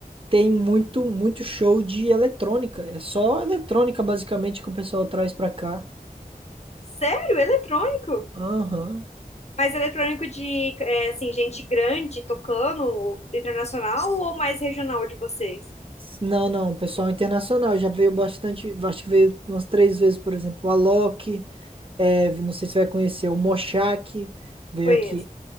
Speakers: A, on the right; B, on the left.
A: tem muito, muito show de eletrônica. É só eletrônica, basicamente, que o pessoal traz pra cá.
B: Sério? Eletrônico?
A: Aham.
B: Mas eletrônico de, é, assim, gente grande tocando, internacional ou mais regional de vocês?
A: Não, não, pessoal internacional já veio bastante, acho que veio umas três vezes, por exemplo, o Alok, é, não sei se vai conhecer, o Moshak veio
B: Conheço.
A: aqui.